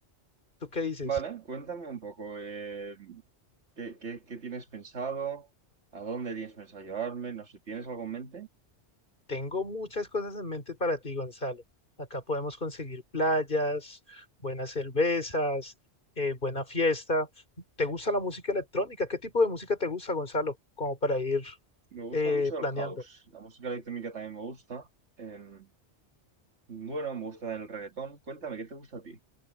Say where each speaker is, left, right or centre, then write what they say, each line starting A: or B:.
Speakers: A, on the left (about 45°); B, on the right (about 75°).
A: ¿Tú qué dices?
B: Vale, cuéntame un poco. em, ¿qué, qué- qué tienes pensado? ¿A dónde tienes pensado llevarme? No sé, ¿tienes algo en mente?
A: Tengo muchas cosas en mente para ti, Gonzalo. Acá podemos conseguir playas, buenas cervezas, eh, buena fiesta. ¿Te gusta la música electrónica? ¿Qué tipo de música te gusta, Gonzalo? Como para ir
B: Me gusta
A: eh,
B: mucho
A: planeando.
B: el house. La música electrónica también me gusta. Em, bueno, me gusta el reggaetón. Cuéntame, ¿qué te gusta a ti?